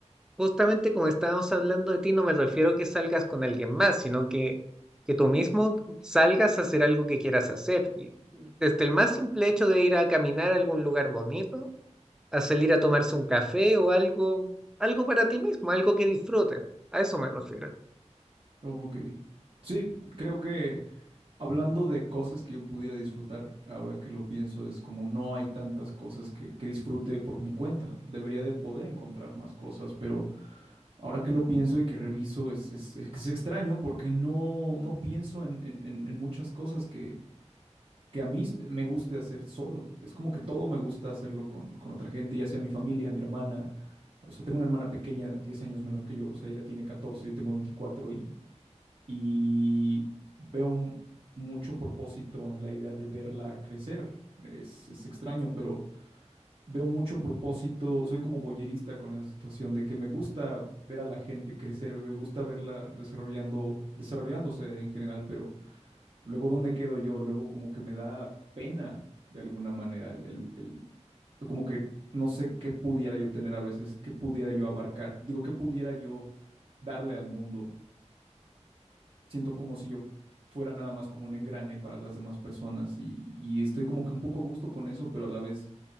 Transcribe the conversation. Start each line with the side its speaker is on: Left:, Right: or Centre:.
Centre: Justamente como estábamos hablando de ti, no me refiero a que salgas con alguien más, sino que, que tú mismo salgas a hacer algo que quieras hacer. Y Desde el más simple hecho de ir a caminar a algún lugar bonito, a salir a tomarse un café o algo, algo para ti mismo, algo que disfrutes. A eso me refiero.
Right: ujú. Ok. Sí, creo que hablando de cosas que yo pudiera disfrutar, ahora que lo pienso, es como no hay tantas cosas que, que disfrute por mi cuenta. Debería de poder encontrar más cosas, pero Ahora que lo pienso y que reviso, es, es, es extraño porque no, no pienso en, en- en- en muchas cosas que, que a mí me guste hacer solo. Es como que todo me gusta hacerlo con, con otra gente, ya sea mi familia, mi hermana. O sea, tengo una hermana pequeña, 10 años menor que yo, o sea, ella tiene catorce yo tengo veinticuatro y, y veo m- mucho propósito en la idea de verla crecer. Es, es extraño, pero veo mucho propósito, soy como boyerista con esa situación de que me gusta ver a la gente crecer, me gusta verla desarrollando, desarrollándose en general, pero luego ¿dónde quedo yo? Luego como que me da pena de alguna manera, el, el- el- como que no sé qué pudiera yo tener a veces, qué pudiera yo abarcar, digo, qué pudiera yo darle al mundo. Siento como si yo fuera nada más como un engrane para las demás personas y, y estoy como que un poco a gusto con eso, pero a la vez